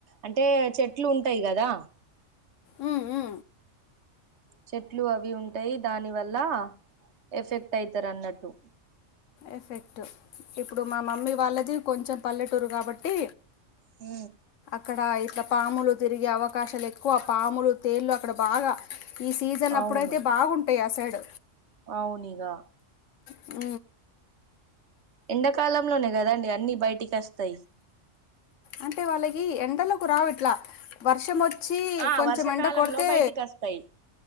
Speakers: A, on the right; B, on the left.
A: అంటే చెట్లు ఉంటయి కదా.
B: ఊ ఉ
A: చెట్లు అవి ఉంటాయి దాని వల్ల ఎఫెక్ట్ అయితరు అన్నట్టు
B: ఎఫెక్టు ఇప్పుడు మా మమ్మీ వాళ్ళది కొంచెం పల్లెటూరు కాబట్టి
A: ఊ
B: అక్కడ ఇట్లా పాములు తిరిగే అవకాశాలు ఎక్కువ పాములు తేళ్లు అక్కడ బాగా ఈ సీజన్
A: అవును
B: అప్పుడయితే బాగుంటాయి ఆ సైడ్
A: అవునిగా
B: ఊ
A: ఎండకాలంలోనే కదండి అన్ని బయటికస్తయి
B: అంటే వాళ్ళకి ఎండలకు రావు ఇట్లా వర్షమొచ్చి
A: ఆ
B: కొంచెం
A: వర్షాకాలంలో
B: ఎండ కొడితే
A: బయటికి వస్తాయి